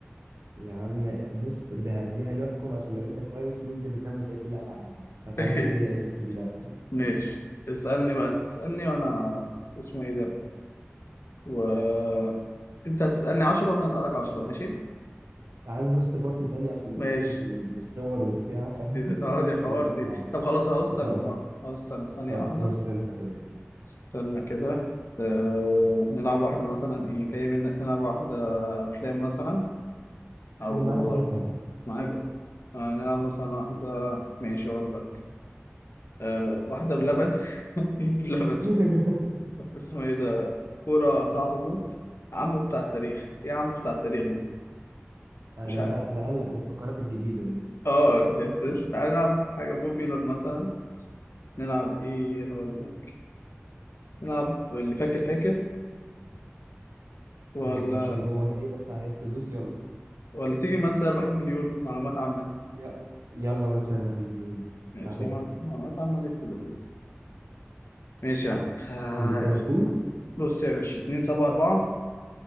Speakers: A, on the right; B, on the left.
A: يا عم بص ده دي هنحكم عشان لو انت كويس ننزل نكمل بقيه اللعب على القهوه فتعال
B: <laughs>
A: نشوف مين هيكسب في دي الاول <laughs>
B: ماشي اسألني بقى أنت تسألني وأنا اسمه إيه ده و أنت هتسألني عشرة وأنا هسألك عشرة ماشي
A: تعال نهوست بارتي تاني عشان
B: ماشي
A: دي طلعت بال... بالصور وبتاع ف
B: دي... <laughs>
A: <laughs>
B: اه دي
A: مش
B: حوار
A: هنقف
B: دي
A: نلعبها
B: طب خلاص هوست أنا
A: اه
B: اه هوست أنا ثانية
A: طب
B: واحدة
A: هوست انت كده يلا.
B: استنى كده آه، نلعب واحدة مثلا إيه جاي منك نلعب واحدة أفلام مثلا او
A: انا معاك في اي حاجه
B: معاك آه نلعب مثلا واحده ماشي اقول لك آه واحده بلبن <laughs> بلبن
A: <laughs>
B: اسمه ايه ده كوره صعبه موت عمو بتاع التاريخ ايه عمو بتاع التاريخ دي
A: انا
B: مش عارف
A: ب... بقلق من الفقرات الجديده دي
B: اه اللي
A: <laughs>
B: هي فريش تعالى نلعب حاجه بوبيلر مثلا نلعب ايه اقول لك نلعب اللي فاكر فاكر ولا
A: انا ما اعرفش دي جواها ايه بس عايز تدوس يلا
B: ولا تيجي من سير بحب مليون معلومات عامه
A: ي... يلا ما نسابح المليون
B: ماشي
A: ده حلو
B: مع- معلومات عامه دي في اللذيذ ماشي يا عم آه،
A: قول لي كده الكود
B: بص يا باشا 2 7 4